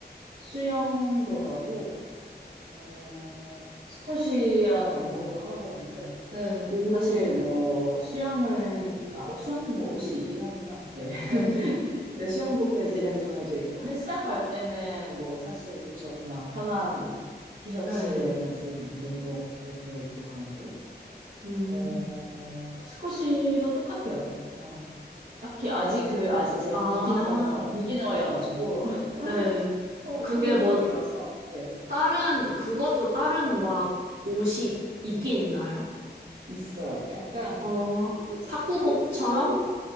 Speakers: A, on the right; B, on the right.
A: 수영도 하고, 어, 스쿼시라는 운동도 하고 있는데,
B: 네, 오,
A: 사실 뭐, 수영은, 아, 어, 수영도 뭐 옷이 있긴 하구나. 네. <laughs>
B: 네,
A: 근데 수영복 재질은 정해져 있고, 헬스장 갈 때는 뭐, 사실, 그쵸. 그냥 편한 티셔츠에
B: 네,
A: 바지, 운동복 그렇게 입고 가고,
B: 음.
A: 어, 스쿼시도 똑같아요. 그냥 딱히 아직 그 아직 제가
B: 아,
A: 비기너 비기너여가지고 <laughs>
B: 네.
A: 초
B: 그게
A: 초급이어서
B: 뭐,
A: 네
B: 다른, 그것도 다른 막 옷이 있긴 있나요?
A: 있어요. 약간
B: 어,
A: 테니스
B: 탁구복처럼?
A: 테니스복